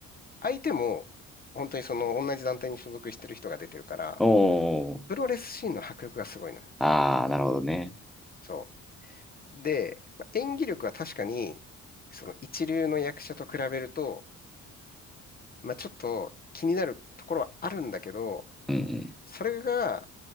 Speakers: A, on the left; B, in the centre.
A: 相手も、本当にその同じ団体に所属してる人が出てるから、
B: おー
A: プロレスシーンの迫力がすごいのよ。
B: ああ、なるほどね。
A: そう。で、まあ演技力は確かに、その一流の役者と比べると、まあ、ちょっと気になるところはあるんだけど、
B: うんうん。
A: それが